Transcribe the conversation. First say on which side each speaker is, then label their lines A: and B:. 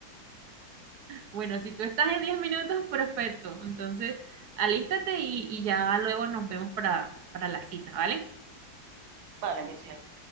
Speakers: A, on the right; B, on the right.
A: Bueno, si tú estás en 10 minutos, perfecto. Entonces, alístate y, y ya luego nos vemos para, para la cita, ¿vale?
B: Vale, mi cielo.